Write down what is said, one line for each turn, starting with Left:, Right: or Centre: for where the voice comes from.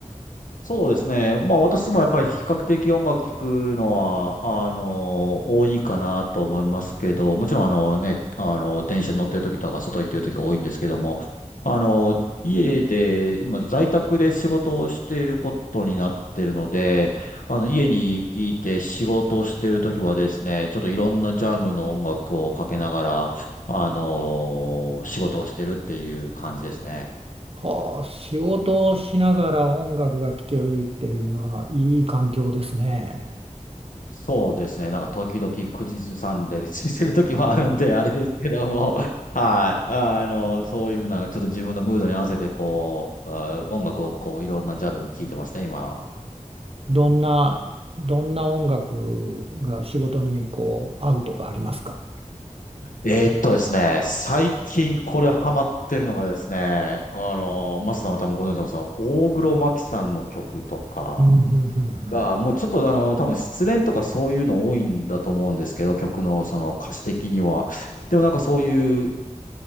Left: そうですね。まあ私もやっぱり比較的音楽聴くのは、あの、多いかなと思いますけど、もちろんあのね、あの、電車に乗ってる時とか外行ってる時多いんですけども、あの、家で、今在宅で仕事をしていることになってるので、あの、家にいて仕事をしている時はですね、ちょっといろんなジャンルの音楽をかけながら、あの、仕事をしてるっていう感じですね。
Right: はあ、仕事をしながら音楽が聴けるっていうのはいい環境ですね。
Left: そうですね。なんか時々口ずさんでりしてる時もあるんで、あれですけども、<laughs> はい。あの、そういうふうな、ちょっと自分のムードに合わせて、こう、あ音楽をこう、いろんなジャンル聴いてますね、今。
Right: どんな、どんな音楽が仕事にこう合うとかありますか
Left: えーっとですね、最近これハマってるのがですね、あの、マスさんも多分ご存知のさ、大黒摩季さんの曲とか
Right: うん、うん、うん、う
Left: が、
Right: ん。
Left: もうちょっとあの、多分失恋とかそういうの多いんだと思うんですけど、曲のその歌詞的には。でもなんかそういう